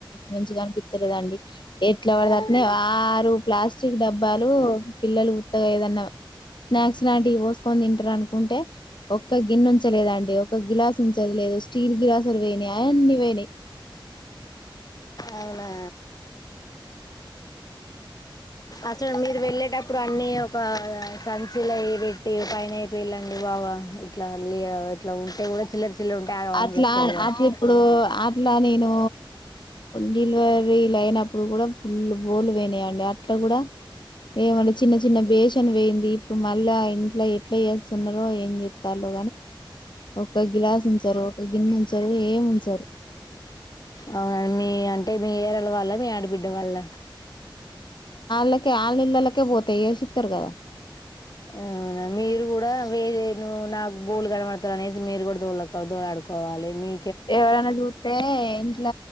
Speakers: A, on the left (about 60°); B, on the left (about 45°).
A: మంచిగా అనిపిత్తలేదండి ఎట్లా పడితే అట్లనే ప్లాస్టిక్ డబ్బాలు పిల్లలు ఉత్తగా ఏదన్నా స్నాక్స్ లాంటి కొని తింటారు అనుకుంటే ఒక్క గిన్నె ఉంచలేదండి ఒక గిలాస ఉంచది లేదు స్టీల్ గిలాస్లు పోయినాయి ఈగా అన్నీ పోయినాయి
B: అవునా అసలు మీరు వెళ్ళేటప్పుడు అన్ని ఒక సంచిల అ పెట్టి పైన ఏయ్యపోయిళండి బాబు అవును వెళ్ళాలి మళ ఇట్లా ఉంటే కూడా చిల్లర చిల్లరు ఉంటే ఆగం ఆగం
A: అట్లా
B: చేస్తారు కదా
A: అట్లా ఇప్పుడు అట్లా నేను డెలివరీలు అయినప్పుడు కూడా ఫుల్ బోలు పోయినాయండి ఇట్లా కూడా ఏమంటే చిన్న చిన్న బేషన్ వేయింది ఇప్పుడు మల్లా ఆ ఇంట్లో ఎట్లా చే ఏం చేస్తున్నారు ఏం చేస్తున్నారో ఒక గిలాస ఉంచరు ఒక గిన్నె ఉంచరు ఏం ఉంచరు
B: అవునండి మీ అంటే మీ ఏరలు వాళ్ళ మీ ఆడబిడ్డ వాల
A: లేకపోతే వాళ్లకి ఏ సిస్టర్ కదా
B: ఆ మీరు కూడా వేరే నువు నాకు బోల్లు గడపడతలనేసి మీరు కూడ దో దోలాడుకోవాలె మీ
A: ఎవరెన్నా చూత్తె ఇట్ల